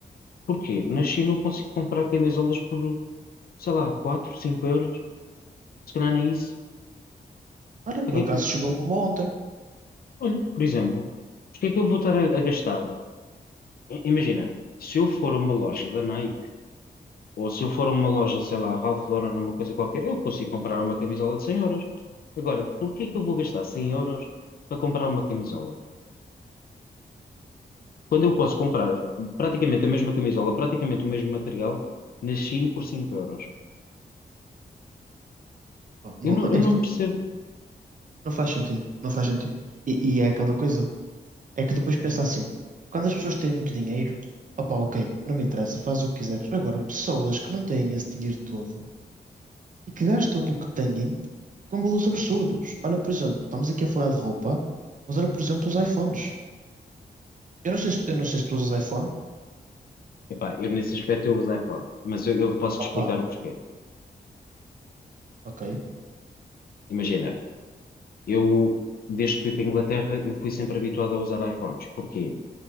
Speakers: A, on the left (about 60°); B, on the right (about 50°).
A: Porquê? Na China eu consigo comprar camisolas por, sei lá, 4 5 euros. Se calhar nem isso.
B: Olha, por
A: Porque
B: acaso
A: que,
B: chegou-me uma ontem.
A: olha, por exemplo, porque é que eu vou estar a, a gastar? I- Imagina, se eu for a uma loja da Nike, ou se eu for a uma loja, sei lá, Ralph Lauren, uma coisa qualquer, eu consigo comprar uma camisola de 100 euros. Agora, porquê que eu vou gastar 100 euros para comprar uma camisola? Quando eu posso comprar praticamente a mesma camisola, praticamente o mesmo material, na Shein por 5 euros.
B: Pá, Não,
A: Eu não,
B: não,
A: eu
B: aí está.
A: não percebo.
B: Não faz sentido, não faz sentido. E, e é aquela coisa, é que depois pensa assim, quando as pessoas têm muito dinheiro, opá, ok, não me interessa, faz o que quiseres. Agora, pessoas que não têm esse dinheiro todo e que gastam o que têm com valores absurdos. Olha, por exemplo, estamos aqui a falar de roupa, mas olha, por exemplo, os iPhones. Eu não sei se, eu não sei se tu usas iPhone.
A: Epá, eu nesse aspecto eu uso iPhone, mas eu, eu posso te explicar
B: Opá,
A: o porquê.
B: ok.
A: Imagina, eu desde que fui para a Inglaterra, eu fui sempre habituado a usar iPhones. Porquê?